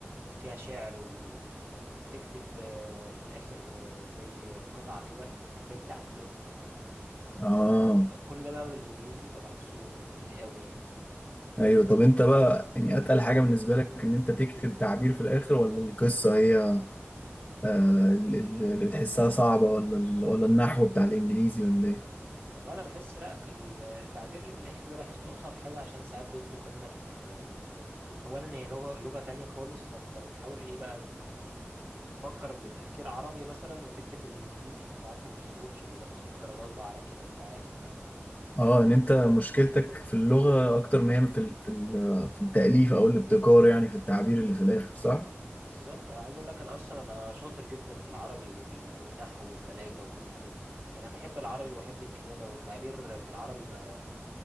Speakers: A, on the right; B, on the left.
A: وفيها شعر و... وبتكتب آه، في الاخر آه، زي قطعة كده زي التعبير
B: اه
A: فكل ده بقى بالانجليزي فبحسه تقيل قوي يعني
B: ايوه طب انت بقى يعني اتقل حاجة بالنسبة لك ان انت تكتب تعبير في الاخر ولا القصة هي آه ال- ال- اللي بتحسها صعبة ولا ال- ولا النحو بتاع الانجليزي ولا ايه
A: والله انا بحس لا التعبير اللي في الاخر ده بحسه اصعب حاجه عشان ساعات بيطلب منك آه، اولا هي لغه لغه تانية خالص فانت بتحاول ايه بقى بتفكر بتفكير عربي مثلا وتكتب بالانجليزي فساعات ما بتظبطش وبينقصوك درجات بقى على كده انت عارف بقى
B: اه ان انت مشكلتك في اللغة اكتر ما هي في ال... في ال... في التأليف او الابتكار يعني في التعبير اللي في الاخر صح؟
A: بالظبط أنا عايز اقول لك انا اصلا انا شاطر جدا في العربي وال... والنحو والبلاغه وكل الحاجات دي يعني انا بحب العربي وبحب الكتابه والتعبير في العربي ما